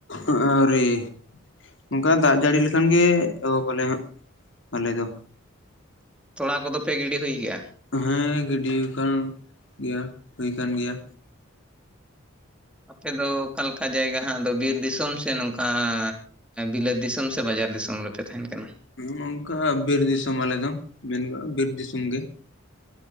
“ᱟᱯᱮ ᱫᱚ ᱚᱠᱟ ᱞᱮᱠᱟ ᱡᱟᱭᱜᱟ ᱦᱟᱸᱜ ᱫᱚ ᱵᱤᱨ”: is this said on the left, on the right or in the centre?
Centre